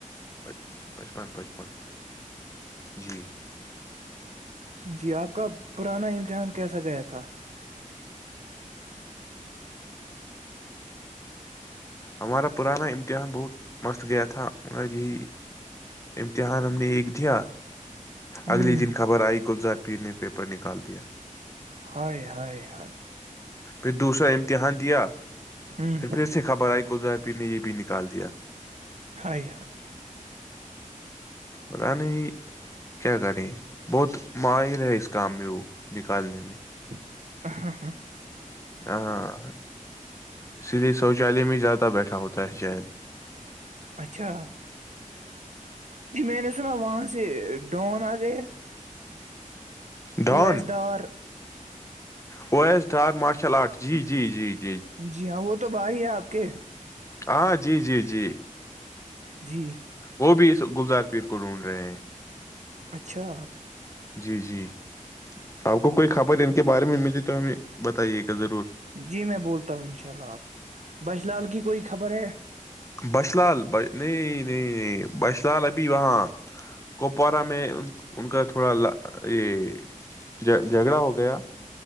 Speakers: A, on the left; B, on the right.
A: <inaudible> پچپن پچپن جی
B: جی آپ کب پرانا امتحان کیسا گیا تھا
A: ہمارا پرانا امتحان بہت مست گیا تھا مگر یہی دھیان ہم نے ایک دیا
B: ہوں
A: اگلے دن خبر آئی گلزد پی نے پیپر نکال دیا
B: ہائے ہائے ہائے
A: پھر دوسرا امتحان دیا
B: ہوں
A: پھر پھر سے خبر آئی گلزار پیر نے یہ بھی نکال دیا
B: ہائے ہائے
A: پتا نہیں کیا کریں بہت ماہر ہے اس کام میں وہ نکالنے میں
B: <inaudible>
A: ہاں اسی لیے شوچالیہ میں زیادہ بیٹھا ہوتا ہے شاید
B: اچھا جی میں نے سنا وہاں سے ڈون آ گیا
A: Dawn
B: Owais Dar
A: O S Dar martial arts جی جی جی جی
B: جی ہاں وہ تو تو بھا ئی ہے آپ کے
A: ہاں جی جی جی
B: جی
A: وہ بھی اس گلزار پیر کو ڈھونڈ رہے ہیں
B: اچھا
A: جی جی آپ کو کوئی خبر ان کے بارے میں ملی تو ہمیں بتائیے گا ضرور
B: جی میں بولتا ہوں انشاء اللہ آپ کو بش لال کی کوئی خبر ہے
A: بش لال نہیں نہیں نہیں بش لال ابھی وہاں کپوارہ میں ان کا تھوڑا یہ جہ جھگڑا ہو گیا